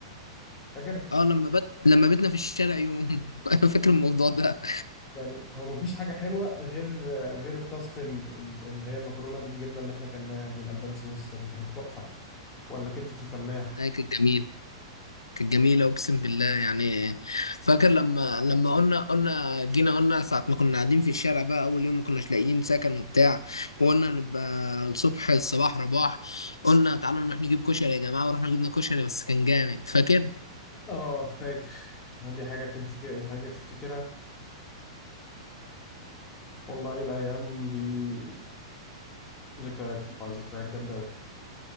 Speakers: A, on the left; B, on the left.
A: فاكر
B: اه لما بت لما بتنا في الشارع يوم <laughs> انا فاكر الموضوع ده
A: يعني هو مفيش حاجة حلوة غير غير الطاسة ال- ال- اللي هي مكرونة بالجبنة اللي احنا كلناها من ألبان سويسرا دي كانت تحفة ولا كبدة الفلاح
B: آه، كان جميل كانت جميلة أقسم بالله يعني فاكر لما لما قلنا قلنا جينا قلنا ساعة ما كنا قاعدين في الشارع بقى أول يوم ما كناش لاقيين سكن وبتاع وقلنا نبقى الصبح الصباح رباح قلنا تعالوا نروح نجيب كشري يا جماعة ورحنا جبنا كشري بس كان جامد فاكر؟
A: اه فاكر دي حاجة تمسك حاجة تفتكرها والله الأيام دي ذكريات والله ذكريات جامدة أوي